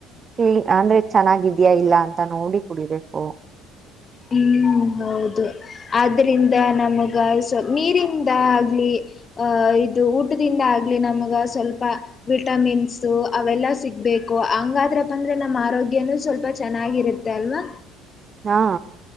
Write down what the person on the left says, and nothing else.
ಹ್ಮ್ ಹೌದು ಆದ್ರಿಂದ ನಮಗ ಸ್ ನೀರಿಂದ ಆಗ್ಲಿ ಅಹ ಇದು ಊಟದಿಂದ ಆಗ್ಲಿ ನಮಗ ಸ್ವಲ್ಪ ವಿಟಮಿನ್ಸು ಅವೆಲ್ಲ ಸಿಗಬೇಕು ಹಂಗಾದ್ರಪ್ಪ ಅಂದ್ರೆ ನಮ್ಮ ಆರೋಗ್ಯನೂ ಸ್ವಲ್ಪ ಚೆನ್ನಾಗಿರುತ್ತೆ ತ್ತಲ್ವಾ